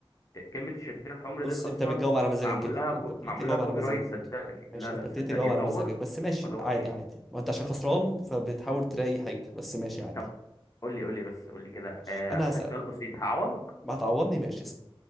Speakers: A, on the left; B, in the centre.
A: كلمه الشياطين الحمر
B: بص
A: ديت اصلا
B: انت بتجاوب على مزاجك
A: معمول
B: كده
A: لها كو...
B: انت ابتديت
A: معمول
B: تجاوب
A: لها كوبي
B: على مزاجك
A: رايت صدقني
B: ماشي
A: لا
B: انت
A: لا
B: ابتديت
A: صدقني
B: تجاوب على
A: دور
B: مزاجك بس ماشي
A: ادور
B: عادي
A: ك-
B: عادي ما انت عشان خسران فبتحاول تلاقي حاجه بس ماشي عادي
A: طب قول لي قول لي بس قول لي كده
B: ماشي
A: أه
B: انا
A: هسألك
B: هسألك
A: سؤال بسيط هعوضك
B: ما هتعوضني ماشي اسأل